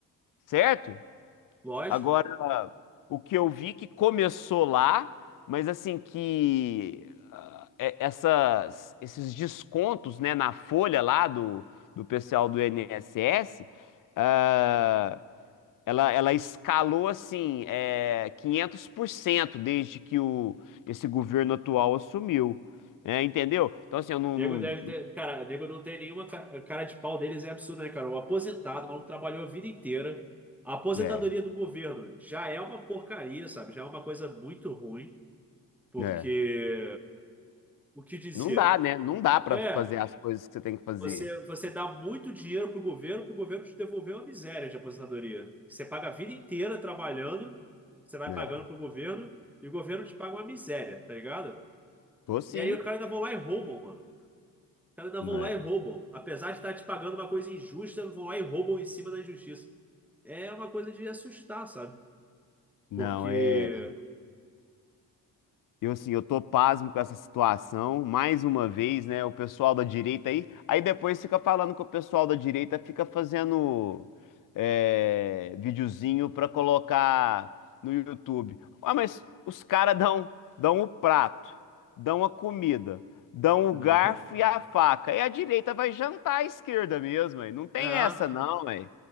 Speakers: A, on the left; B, in the centre.
A: Certo?
B: Lógico.
A: Agora, o que eu vi que começou lá, mas assim que ah, é- essas, esses descontos, né, na folha lá do, do pessoal do INSS, ah, ela, ela escalou assim, é, 500% desde que o, esse governo atual assumiu, né, entendeu? Então assim, eu não,
B: Nego
A: não,
B: deve ter. Cara, nego não tem nenhuma cara, cara de pau deles, é absurdo, né, cara? O aposentado, o maluco trabalhou a vida inteira. A aposentadoria
A: Né,
B: do governo já é uma porcaria, sabe? Já é uma coisa muito ruim, porque
A: né,
B: o que dizer?
A: não dá, né? Não dá pra
B: É,
A: fazer as coisas que você tem que fazer.
B: você, você dá muito dinheiro pro governo, pro governo te devolver uma miséria de aposentadoria. Você paga a vida inteira trabalhando, você vai
A: né,
B: pagando pro governo, e o governo te paga uma miséria, tá ligado?
A: Tô sim.
B: E aí os caras ainda vão lá e roubam, mano. Cara, ainda
A: né.
B: vão lá e roubam. Apesar de estar te pagando uma coisa injusta, vão lá e roubam em cima da injustiça. É uma coisa de assustar, sabe?
A: Não,
B: Porque.
A: é. Eu, assim, eu tô pasmo com essa situação, mais uma vez, né? O pessoal da direita aí. Aí depois fica falando que o pessoal da direita fica fazendo é, videozinho pra colocar no YouTube. Ah, mas os caras dão, dão o prato, dão a comida, dão o
B: <laughs>
A: garfo e a faca. E a direita vai jantar à esquerda mesmo, aí. Não tem
B: É,
A: essa, não, aí.